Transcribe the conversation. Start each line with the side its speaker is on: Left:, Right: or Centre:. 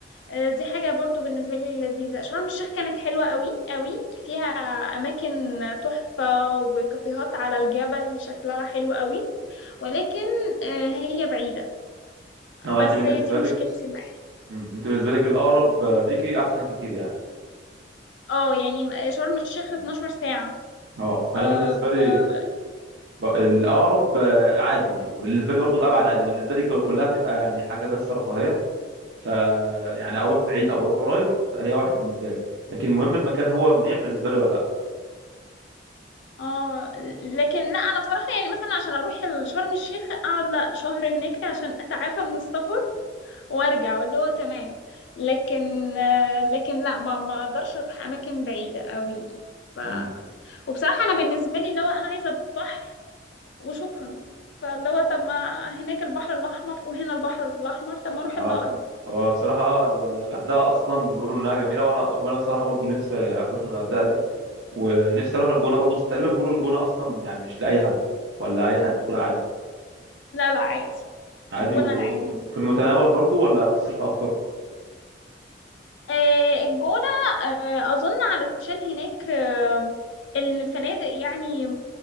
Left: أه دي حاجة برضو بالنسبة لي لذيذة شرم الشيخ كانت حلوة قوي قوي فيها اماكن تحفة وكافيهات على الجبل شكلها حلو قوي ولكن أه هي بعيدة
Right: اه
Left: بس
Right: انت بالنسبه
Left: هي دي مشكلتي
Right: لك
Left: معاها
Right: مم. انت بالنسبه لك الاقرب آه، ليكي احسن كتير يعني
Left: اه يعني آه، شرم الشيخ 12
Right: مم.
Left: ساعة
Right: اه
Left: آه،
Right: انا بالنسبه لي
Left: آه،
Right: ب- الاقرب آه، عادي وبالنسبه لي برضو الابعد عادي انا بالنسبه لي ك- كلها بتبقى يعني حاجه بس رفاهيه ف يعني اروح بعيد او اروح قريب فهي واحد بالنسبه لي لكن المهم المكان هو مريح بالنسبه لي ولا
Left: اه لكن لا انا بصراحه يعني مثلا عشان اروح شرم الشيخ اقعد لا شهر هناك عشان اتعافى من السفر وارجع واللي هو تمام لكن آه، لكن لا ما ما اقدرش اروح اماكن بعيده قوي ف
Right: لا <laughs>
Left: وبصراحه انا بالنسبه لي اللي هو انا عايزه بحر وشكرا فاللي هو طب ما هناك البحر الاحمر وهنا البحر الاحمر طب ما اروح
Right: اه
Left: الاقرب
Right: هو بصراحة آه، الغردقة أصلا بيقولوا إنها جميلة وأنا وأنا بصراحة برضو نفسي أروح الغردقة دي ونفسي أروح الجونة برضو بس تقريبا بيقولوا الجونة أصلا يعني مش لأي حد ولا أي حد بيدخلها عادي
Left: لا لا عادي
Right: عادي
Left: الجونه
Right: وفي
Left: عادي
Right: المتناول برضو ولا بتصرف أكتر؟
Left: آه، الجونة آه، أظن علشان هناك آه، الفنادق يعني